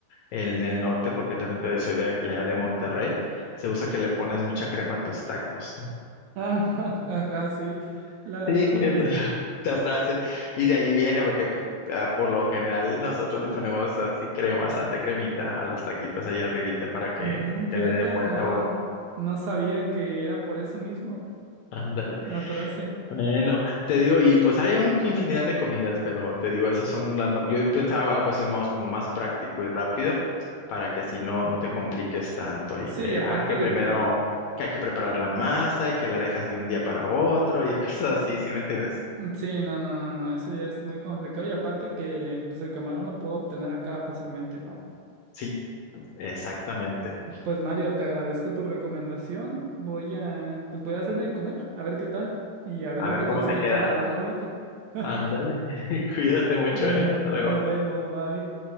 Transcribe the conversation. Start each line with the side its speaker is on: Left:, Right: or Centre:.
Left: el del norte, porque también te- soy de allá de Monterrey, se usa que le pones mucha crema a tus tacos, ¿no?
Right: Ah, <laughs> ajá, sí. La,
Left: Sí,
Right: la frase.
Left: entonces <laughs> esta frase, y de ahí viene, porque pues, ah, por lo general nosotros le ponemos así crema, bastante cremita a los taquitos allá arribita para que,
Right: Mm, fíjate,
Left: que le den buen
Right: no,
Left: sabor.
Right: n- no sabía que era por eso mismo
Left: Ándale.
Right: la frase.
Left: Bueno, te digo, y pues hay un infinidad de comidas, pero te digo, esas son las ma- yo pensaba algo así más como más práctico y rápido, para que así no, no te compliques tanto y
Right: Sí,
Left: que,
Right: y aparte
Left: ah, que
Right: de
Left: primero
Right: que.
Left: que hay que preparar la masa y que la dejas de un día para otro y <laughs> cosas así, ¿sí me entiendes?
Right: Sí, no, no, no, eso ya es muy complicado. Y aparte que pues, el camarón lo puedo obtener acá fácilmente, ¿no?
Left: Sí, exactamente.
Right: Pues Mario, te agradezco tu recomendación. Voy a, pues voy a hacerme de comer, a ver qué tal. Y a ver
Left: A
Right: dónde
Left: ver cómo
Right: consigo
Left: te
Right: el
Left: queda.
Right: camarón ahorita. <laughs>
Left: Ándale, <laughs> cuídate mucho,
Right: Bueno,
Left: ¿eh? Hasta luego.
Right: nos vemos, bye.